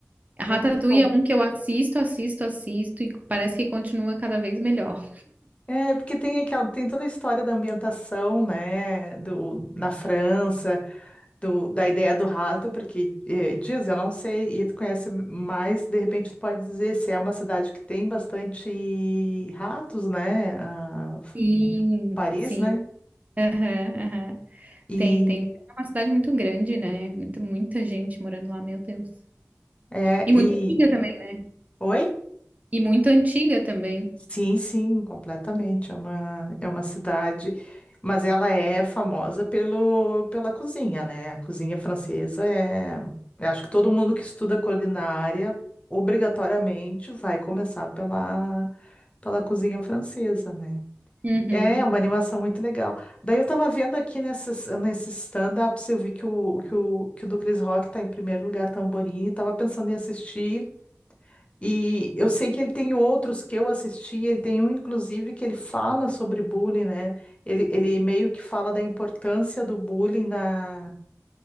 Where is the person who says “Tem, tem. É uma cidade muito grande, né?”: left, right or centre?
Right